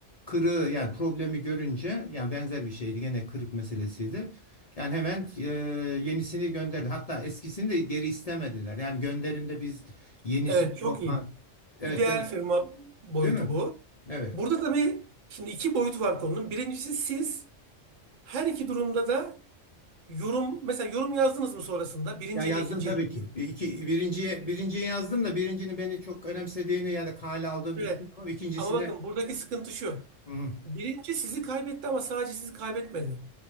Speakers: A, on the left (about 55°); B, on the right (about 80°).
A: Kırığı yani problemi görünce yani benzer bir şeydi gene kırık meselesiydi. Yani hemen e, yenisini gönderdi. Hatta eskisini de geri istemediler. Yani gönderinde biz yenisini
B: Evet, çok
A: korkan
B: iyi.
A: evet
B: İdeal
A: ben-
B: firma boyutu
A: değil mi?
B: bu.
A: Evet.
B: Burada tabii şimdi iki boyutu var konunun. Birincisi siz her iki durumda da yorum mesela yorum yazdınız mı sonrasında? Birinciye
A: Ya yazdım
B: de ikinciye.
A: tabii
B: de.
A: ki. İki, birinciye, birinciye yazdım da birincinin beni çok önemsediğini ya da kale aldığını
B: Evet.
A: düşünüyorum ama ikincisine
B: Ama bakın buradaki sıkıntı şu.
A: Hı,
B: Birinci sizi kaybetti ama sadece sizi kaybetmedi.